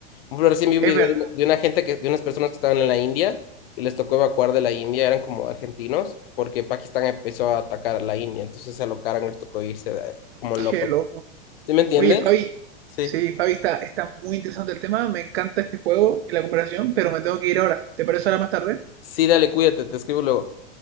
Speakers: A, on the left (about 60°); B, on the right (about 65°).
A: Por ejemplo, recién vi
B: Es
A: un video
B: verdad,
A: de una de una gente que, de unas personas que estaban en la India y les tocó evacuar de la India, eran como argentinos, porque Pakistán empezó a atacar a la India, entonces se alocaron y les tocó irse de- como
B: qué
A: locos.
B: loco.
A: ¿Sí me entiendes?
B: Oye, Fabi,
A: Sí.
B: sí, Fabi, está, está muy interesante el tema, me encanta este juego y la conversación, pero me tengo que ir ahora. ¿Te parece ahora más tarde?
A: Sí, dale, cuídate, te escribo luego.